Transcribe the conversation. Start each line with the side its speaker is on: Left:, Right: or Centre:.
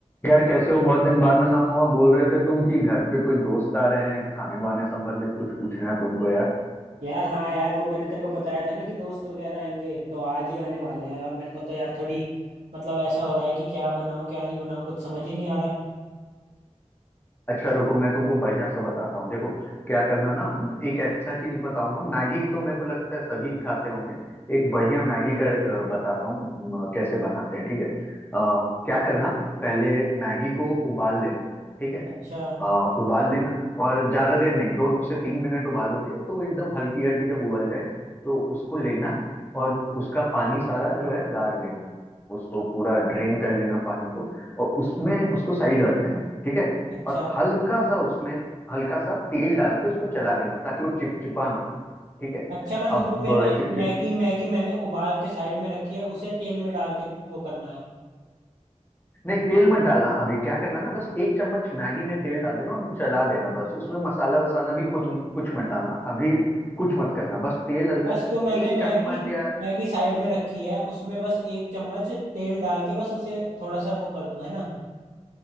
Left: यार कैसे हो बहुत दिन बाद मिलना हुआ बोल रहे थे तुम कि घर पे कोई दोस्त आ रहे हैं खाने वाने संबंधित कुछ पूछना है तुमको यार
Right: यार हाँ यार वो मैंने तेरे को बताया था ना कि दोस्त वगैरह आएंगे तो आज ही आने वाले हैं और मेरे को तो यार थोड़ी मतलब ऐसा हो रहा है कि क्या बनाऊं क्या नहीं बनाऊं कुछ समझ ही नहीं आ रहा
Left: अच्छा रुको मैं तुमको बढ़िया सा बताता हूँ देखो क्या करना ना एक ऐसा चीज बताऊंगा मैगी तो मेरे को लगता है सभी खाते होंगे एक बढ़िया मैगी का अ, बताता हूँ म, कैसे बनाते हैं ठीक है अ, क्या करना पहले मैगी को उबाल लेना ठीक है
Right: अच्छा
Left: आ, उबाल लेना और ज्यादा देर नहीं दो से तीन मिनट उबालोगे तो एकदम हल्की हल्की जब उबल जाए तो उसको लेना और उसका पानी सारा जो है गार लेना उसको पूरा ड्रेन कर लेना पानी को और उसमें उसको साइड रख देना ठीक है
Right: अच्छा
Left: और हल्का सा उसमें हल्का सा तेल डाल के उसको चला देना ताकि वो चिपचिपा ना हो ठीक है
Right: अच्छा मतलब
Left: अब
Right: जो मैंने
Left: चिपचिप
Right: मैगी मैगी मैंने उबाल के साइड में रखी है उसे तेल में डाल के वो करना है
Left: नहीं तेल मत डालना अभी क्या करना ना बस एक चम्मच मैगी में तेल डाल देना और चला देना बस उसमें मसाला वसाला भी कुछ कुछ मत डालना अभी कुछ मत करना बस तेल हल्का
Right: बस
Left: सा
Right: जो मैंने
Left: एक
Right: मैगी
Left: चम्मच या
Right: मैगी साइड में रखी है उसमें बस एक चम्मच तेल डाल के बस उसे थोड़ा सा वो कर दूं है ना